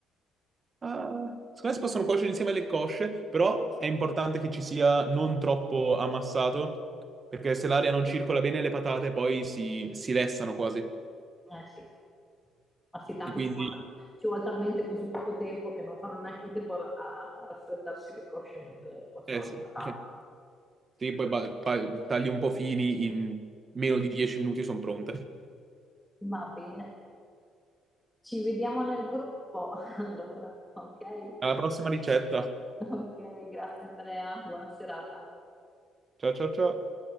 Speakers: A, on the right (about 30°); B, in the centre.
A: Ah, secondo me si possono cuocere insieme alle cosce, però è importante che ci sia non troppo ammassato, perché se l'aria non circola bene le patate poi si, si lessano quasi.
B: Eh sì, ma sì, tanto
A: E quindi,
B: ci vuole, ci vuole talmente così poco tempo che non fanno neanche in tempo a, a raffreddarsi le cosce mentre cuociono
A: eh
B: le
A: sì,
B: patate.
A: <laughs> Sì, poi ba- pa- tagli un po' fini, in meno di 10 minuti sono pronte.
B: Va bene, ci vediamo nel gruppo <laughs> allora, ok?
A: Alla prossima ricetta.
B: Ok, grazie Andrea, buona serata.
A: Ciao ciao ciao.